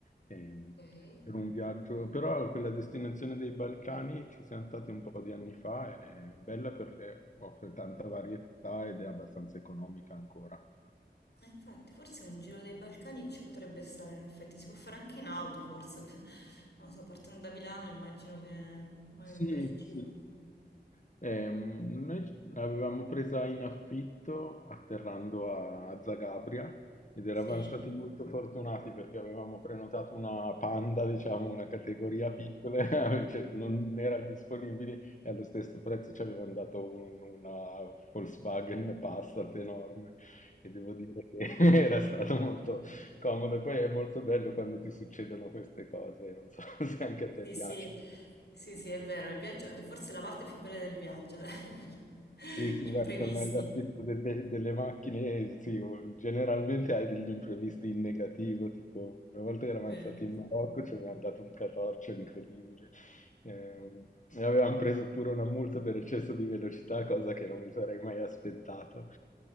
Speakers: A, on the left (about 45°); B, on the left (about 70°).
A: Ehm,
B: ok.
A: per un viaggio, però quella destinazione dei Balcani ci siamo stati un po' di anni fa, è bella perché offre tanta varietà ed è abbastanza economica ancora.
B: Eh, infatti, forse un giro dei Balcani ci potrebbe stare, in effetti. Si può fare anche in auto, forse. <laughs> Non lo so, partendo da Milano immagino che magari
A: Sì,
B: un bel giro.
A: sì. Ehm, noi l'avevamo presa in affitto atterrando a, a Zagabria ed eravamo
B: Sì?
A: stati molto fortunati perché avevamo prenotato una panda, diciamo, una categoria piccola, <laughs> cioè non erano disponibili e allo stesso
B: Sì,
A: prezzo ci avevano dato un- una Volkswagen Passat enorme e devo dire che <laughs> era stato molto comodo. E Poi è molto bello quando ti succedono queste cose, non so <laughs> se anche a te
B: sì,
A: piace.
B: sì, sì, sì, è vero, il viaggio, forse è la parte più bella del viaggio, dai. <laughs>
A: Sì, sì,
B: Gli imprevisti.
A: vai, tornare all'affitto delle, delle macchine, sì, o- generalmente hai degli imprevisti in negativo, tipo una volta eravamo
B: È vero.
A: stati in Marocco, ci avevano dato un catorcio incredibile eh, e avevamo preso pure una multa per eccesso di velocità, cosa che non mi sarei mai aspettato.